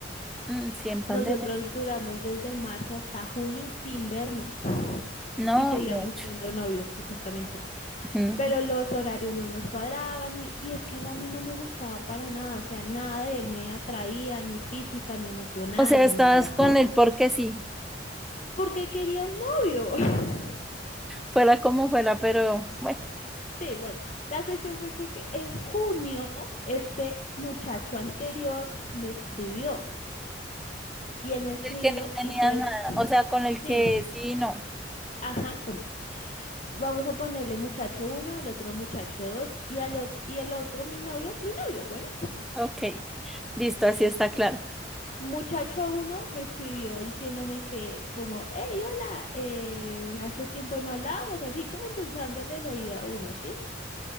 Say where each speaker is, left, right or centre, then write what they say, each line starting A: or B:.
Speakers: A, in the centre; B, on the left.
A: Mm, sí, en pandemia,
B: Nosotros
A: sí.
B: duramos desde marzo hasta junio sin vernos
A: No,
B: y seguíamos
A: mucho.
B: siendo novios supuestamente,
A: Mm.
B: pero los horarios no nos cuadraban y, y es que él a mí no me gustaba para nada, o sea, nada de él me atraía, ni física, ni emocional,
A: O sea, estabas
B: nada.
A: con él porque sí,
B: Porque quería un novio. <laughs>
A: fuera como fuera, pero bueno,
B: Sí, bueno, la cuestión fue que, que en junio este muchacho anterior me escribió y él me escribió
A: el que no tenía
B: y pues
A: nada, o sea, con el
B: sí,
A: que sí, no.
B: ajá, con él. Vamos a ponerle muchacho uno, al otro muchacho dos y al ot- y el otro mi novio, mi novio, bueno,
A: Ok, listo, así está claro.
B: muchacho uno me escribió diciéndome que como, hey, hola, eh, hace tiempo no hablábamos, así como endulzándole el oído a uno, ¿sí?